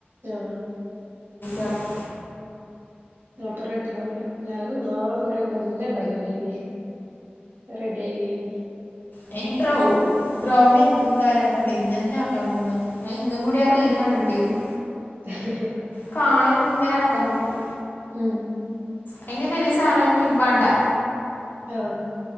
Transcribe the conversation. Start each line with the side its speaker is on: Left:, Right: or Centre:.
Right: ആഹ്
Left: <unintelligible>
Right: അപ്പൊ റെഡിയാവൂല ഞാനും ഇന്നാള് കൊറേ മുന്നേ ഇണ്ടാക്കി നോക്കീന് റെഡിയായില്ല <inaudible>
Left: അയിന് ബ്രൗ ബ്രൗണി എന്തായാലും ആക്കണം ഇന്നന്നെ ആക്കാന്തോന്നും എന്ക്ക് ഞാൻ ഇന്നും കൂടി ആ റീല്‌ കണ്ടിട്ടേലു.
Right: ഹ് ഹ്
Left: കാനുബ ഇങ്ങനെ ആക്കാൻ മുട്ടു
Right: ഉം.
Left: അയ്ന് വല്യ സാനൊന്നും വാണ്ടാ.
Right: ആഹ്.